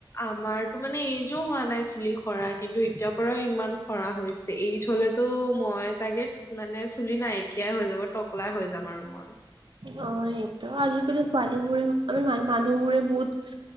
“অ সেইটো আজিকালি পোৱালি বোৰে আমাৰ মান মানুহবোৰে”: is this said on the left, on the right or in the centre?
Right